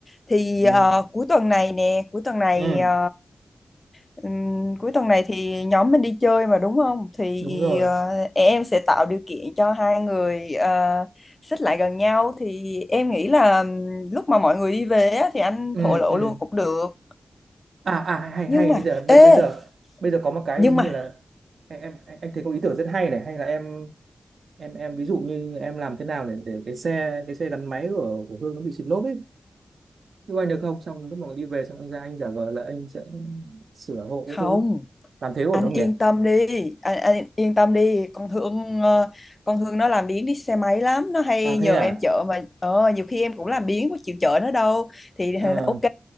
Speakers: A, on the left; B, on the right.
A: thì
B: ừ.
A: ờ, cuối tuần này nè cuối tuần này
B: ừ
A: ờ, ừm, cuối tuần này thì nhóm mình đi chơi mà đúng không thì
B: đúng rồi
A: ờ, em sẽ tạo điều kiện cho hai người ờ, xích lại gần nhau thì em nghĩ là ừm, lúc mà mọi người đi về á, thì anh
B: ừ
A: thổ lộ
B: ừ
A: luôn cũng được
B: à à hay
A: nhưng
B: hay
A: mà
B: bây giờ
A: ê
B: bây bây giờ bây giờ có một cái
A: nhưng
B: như
A: mà
B: là em em anh thấy có ý tưởng rất hay này hay là em em em ví dụ như em làm thế nào để để cái xe cái xe gắn máy của của Hương nó bị xịt lốp ấy giúp anh được không xong lúc mà đi về xong anh ra anh giả vờ là anh sẽ sửa hộ cái
A: không
B: thứ làm thế ổn
A: anh
B: không
A: yên
B: nhỉ
A: tâm đi anh, anh yên tâm đi con Hương ờ, con Hương nó làm biếng đi xe máy lắm nó hay
B: à
A: nhờ
B: thế à
A: em chở mà ờ, nhiều khi em cũng làm biếng có chịu chở nó đâu thì
B: Ờ,
A: ờ, ok